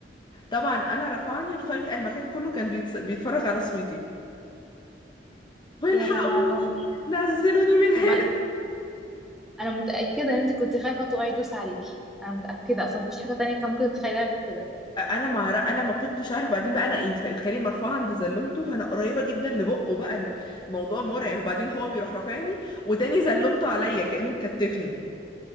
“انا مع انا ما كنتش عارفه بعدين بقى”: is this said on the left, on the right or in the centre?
Left